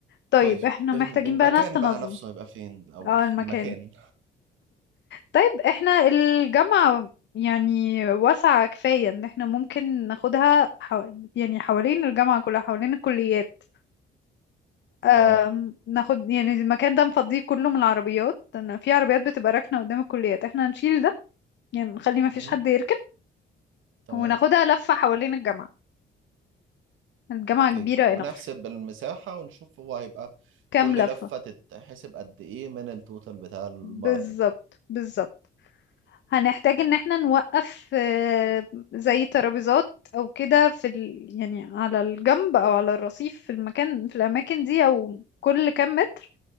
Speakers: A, on the left; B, on the right.
A: طيب
B: طيب
A: احنا محتاجين
B: ال- المكان
A: بقى ناس تنظم
B: بقى نفسه هيبقى فين الأول
A: اه المكان
B: المكان
A: طيب احنا الجامعة يعني واسعة كفاية ان احنا ممكن ناخدها حو... يعني حوالين الجامعة كلها حوالين الكليات
B: اه
A: أم، ناخد يعني المكان ده نفضيه كله من العربيات لأن في عربيات بتبقى راكنة قدام الكليات احنا هنشيل ده يعني نخلي ما فيش
B: مم.
A: حد يركن
B: تمام
A: وناخدها لفة حوالين الجامعة الجامعة
B: اوكي
A: كبيرة
B: ونحسب
A: enough
B: المساحة ونشوف هو هيبقى
A: كام
B: كل
A: لفة
B: لفة تتحسب قد ايه من التوتال بتاع الماراثون
A: بالظبط
B: يعني
A: بالظبط هنحتاج ان احنا نوقف آه، زي ترابيزات او كده في ال... يعني على الجنب او على الرصيف في المكان في الاماكن دي او كل كام متر